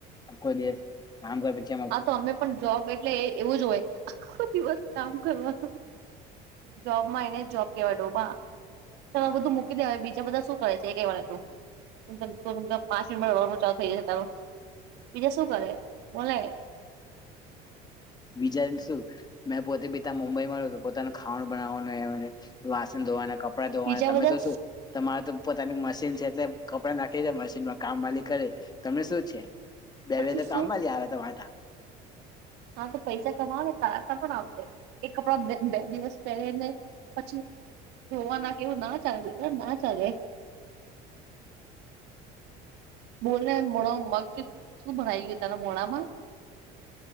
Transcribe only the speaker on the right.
આ તો અમે પણ જોબ એટલે એવું જ હોય આખો દિવસ કામ કરવાનુ જોબમાં એ જ જોબ કેવાડો બા ચાલ આ બધું મૂકી દેવાય બીજા બધા શું કરે છે એ કેહ મને તું <unintelligible> પાંચ મિનટમાં રડવાનું ચાલુ થઈ જશે તારું બીજા શુ કરે ઓલીય
બીજા
બધા
પછી
શું
હા તો પૈસા કમાવો ને તારતા પણ આવશે એ કપડા બે દિવસ પહેલેને પછી ધોવા ના કે એવું ના ચાલે દીકર ના ચાલે બોલ ને મોણામા મગ શું ભણઈ ગયો તારા મોણા માં